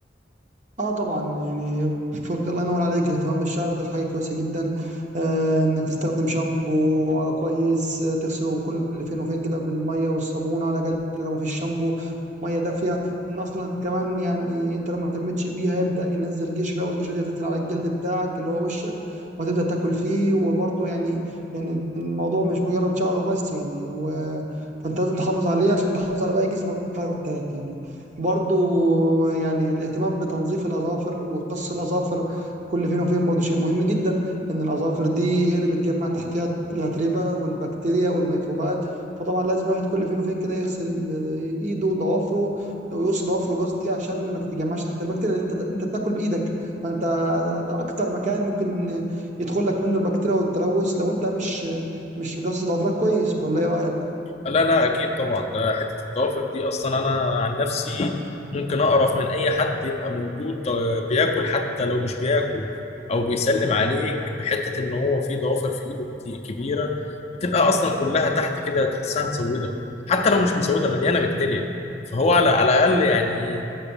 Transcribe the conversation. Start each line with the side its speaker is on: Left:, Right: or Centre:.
Right: اه طبعا يعني فوق الله ينور عليك الاهتمام بالشعر ده حاجه كويسه جدا آه انك تستخدم شامبو آه، كويس آه، تغسله كل فين وفين كده بالميه والصابون على الاقل لو مفيش شامبو ميه دافيه لان اصلا كمان يعني انت لو ما اهتمتش بيها يبدا ينزل قشره والقشره دي هتنزل على الجلد بتاعك اللي هو وشك وهتبدا تاكل فيه وبرضه يعني يعني الموضوع مش مجرد شعره بس يعني و... فانت لازم تحافظ عليه عشان تحافظ على باقي جسمك حتى يعني برضو يعني الاهتمام بتنظيف الأظافر وقص الأظافر كل فين وفين برضو شيء مهم جدا لأن الأظافر دي هي اللي بتجمع تحتها الأتربة والبكتيريا والميكروبات فطبعا لازم الواحد كل فين وفين كده يغسل ايده وضوافره ويقص ضوافره قصدي عشان ما تتجمعش تحت البكتيريا لان انت انت بتاكل بايدك فانت ده اكتر مكان ممكن يدخل لك منه البكتيريا والتلوث لو انت مش مش مقص ضوافرك كويس ولا ايه رايك
Left: لا لا اكيد طبعا ده حته الضوافر دي اصلا انا عن نفسي ممكن اقرف من اي حد يبقى موجود آه، بياكل حتى لو مش بياكل او بيسلم عليك بحته ان هو في ضوافر في ايده كت- كبيره بتبقى اصلا كلها تحت كده تحسها مسوده حتى لو مش مسوده مليانه بكتيريا فهو على على الاقل يعني